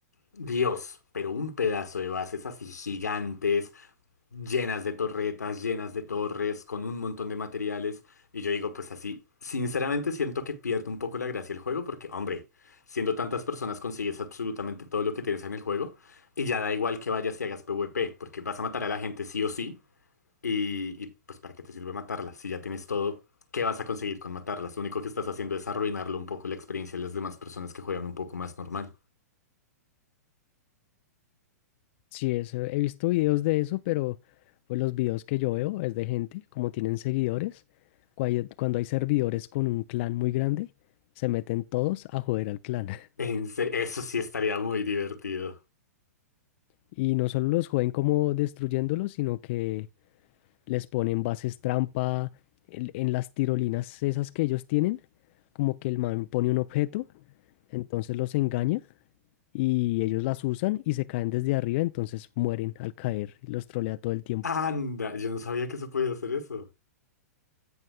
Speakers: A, on the left; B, on the left.
A: Dios, pero un pedazo de bases así gigantes llenas de torretas, llenas de torres, con un montón de materiales. Y yo digo, pues así, sinceramente siento que pierdo un poco la gracia el juego porque, hombre, siendo tantas personas consigues absolutamente todo lo que tienes en el juego y ya da igual que vayas y hagas PvP, porque vas a matar a la gente sí o sí y, y, pues ¿para qué te sirve matarla? Si ya tienes todo, ¿qué vas a conseguir con matarlas? Lo único que estás haciendo es arruinarlo un poco la experiencia de las demás personas que juegan un poco más normal.
B: Sí, eso, he visto videos de eso, pero pues los videos que yo veo es de gente, como tienen seguidores, cuai- cuando hay servidores con un clan muy grande, se meten todos a joder al clan. <laughs>
A: En se- eso sí estaría muy divertido.
B: Y no solo los joden como destruyéndolos, sino que les ponen bases trampa en, en las tirolinas esas que ellos tienen, como que el man pone un objeto, entonces los engaña y ellos las usan y se caen desde arriba, entonces mueren al caer y los trolea todo el tiempo.
A: Anda, yo no sabía que se podía hacer eso.